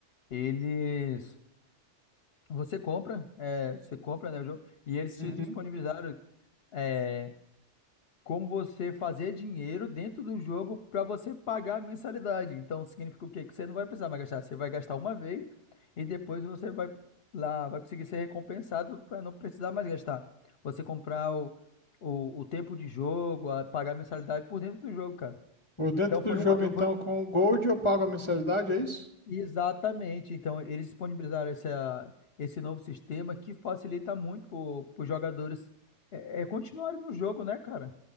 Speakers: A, on the left; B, on the left.
A: Eles. Você compra, é, você compra, né, o jogo, e eles
B: Uhum.
A: te disponibilizaram. é, como você fazer dinheiro dentro do jogo para você pagar a mensalidade. Então, significa o quê? Que você não vai precisar mais gastar. Você vai gastar uma vez e depois você vai lá, vai conseguir ser recompensado para não precisar mais gastar. Você comprar o, o, o tempo de jogo, a- pagar a mensalidade por dentro do jogo, cara.
B: Por dentro
A: Então,
B: do
A: foi
B: jogo,
A: uma. Eu,
B: então,
A: foi...
B: com o Gold eu pago a mensalidade, é isso?
A: Exatamente. Então, eles disponibilizaram essa, esse novo sistema que facilita muito para os jogadores é, é, continuarem no jogo, né, cara?